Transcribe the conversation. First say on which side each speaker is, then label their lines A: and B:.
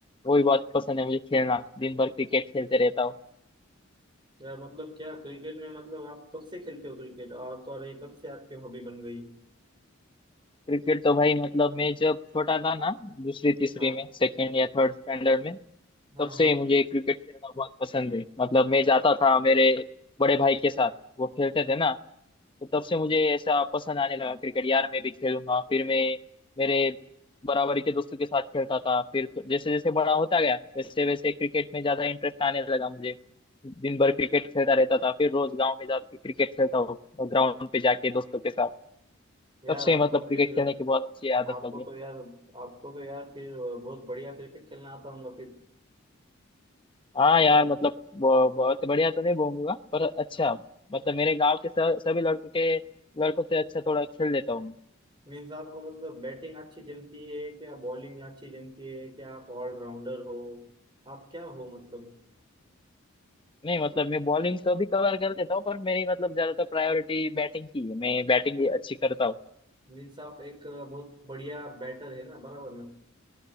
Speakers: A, on the left; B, on the right.
A: वो भी बहुत पसंद है मुझे खेलना दिन भर क्रिकेट खेलते रहता हूँ
B: या मतलब क्या क्रिकेट में मतलब आप कब से खेलते हो क्रिकेट और तो और ये कब से आपकी हॉबी बन गई
A: क्रिकेट तो भाई मतलब मैं जब छोटा था ना दूसरी तीसरी
B: हाँ
A: में सेकेंड या थर्ड स्टैंडर्ड में
B: हाँ
A: तब से
B: हाँ
A: ही मुझे क्रिकेट खेलना बहुत पसंद है मतलब मैं जाता था मेरे बड़े भाई के साथ वो खेलते थे ना तो तब से मुझे ऐसा पसंद आने लगा क्रिकेट यार मैं भी खेलूंगा फिर मैं मेरे बराबरी के दोस्तों के साथ खेलता था फिर तो जैसे जैसे बड़ा होता गया वैसे वैसे क्रिकेट में ज्यादा इंटरेस्ट आने लगा मुझे दिन भर क्रिकेट खेलता रहता था फिर रोज गांव में जाकर क्रिकेट खेलता हूँ ग्राउंड पे जाके दोस्तों के साथ
B: यार
A: तब से
B: आप
A: मतलब
B: तो
A: क्रिकेट
B: फिर
A: खेलने की बहुत अच्छी आदत
B: आपको
A: लगी है।
B: तो यार आपको तो यार फिर बहुत बढ़िया क्रिकेट खेलना आता होगा फिर
A: हाँ यार मतलब वो बहुत बढ़िया तो नहीं घूमूंगा पर अच्छा मतलब मेरे गांव के स- सभी लड़कों के लड़कों से अच्छा थोड़ा खेल लेता हूँ मैं
B: मीन्स आपको मतलब बैटिंग अच्छी जमती है क्या बॉलिंग अच्छी जमती है क्या आप ऑलराउंडर हो आप क्या हो मतलब
A: नहीं मतलब मैं बॉलिंग तो भी कवर कर लेता हूँ पर मेरी मतलब ज्यादातर प्रायोरिटी बैटिंग की है मैं बैटिंग ही अच्छी करता हूँ
B: मीन्स आप एक बहुत बढ़िया बैटर है ना बराबर ना